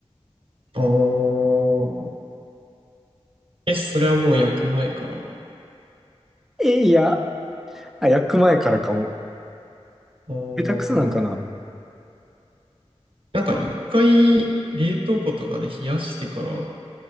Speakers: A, on the right (about 55°); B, in the centre.
A: ああ。え、それはもう焼く前から。
B: え、いや、あ、焼く前からかも。
A: おー、
B: 下手くそなんかなう
A: なんか一回冷凍庫とかで冷やしてから、